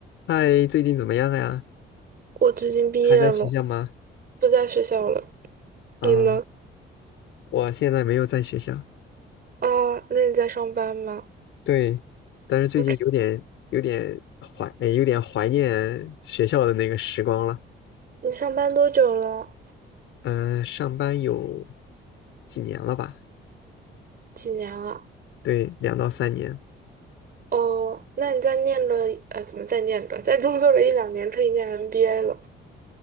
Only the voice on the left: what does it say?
嗨，最近怎么样呀？
还在学校吗？
啊，
我现在没有在学校。
对，但是最近有点有点怀，
呃有点怀念学校的那个时光了。
嗯，上班有几年了吧？
对，两到三年。